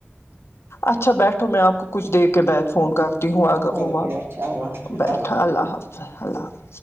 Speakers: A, on the left; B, on the right.
A: اچھا بیٹھو میں آپ کو کچھ دیر کے بعد فون کر ہوا کا
B: اوکے
A: خواہ
B: اچھا اللہ حافظ
A: بیٹھا اللہ حافظ اللہ حافظ